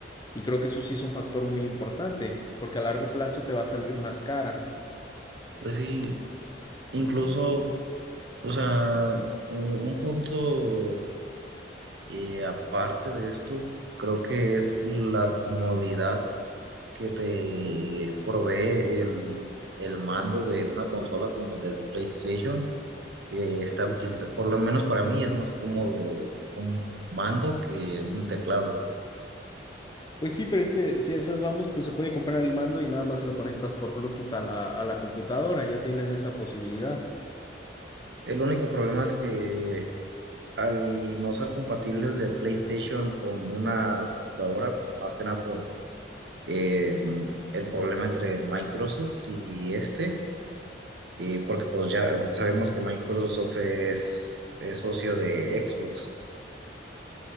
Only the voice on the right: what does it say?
Pues sí, incluso, o sea, eh, un punto eh, aparte de esto, creo que es la comodidad que te provee el, el mando de una consola como el del PlayStation, que está utilizado, por lo menos para mí es más cómodo un mando que un teclado.
El único problema es que al no ser compatible el de PlayStation con una computadora, más que nada por eh, el problema entre Microsoft y este, eh, porque pues ya sabemos que Microsoft es, es socio de Xbox.